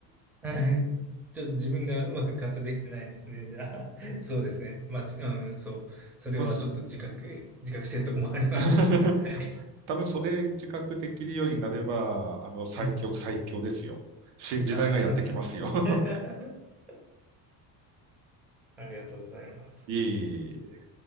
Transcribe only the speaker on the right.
<laughs>
多分そ、
<laughs>
多分それ自覚できるようになれば、あの、最強、
最強ですよ。新時代がやってきますよ。
<laughs>
いえいえいえ。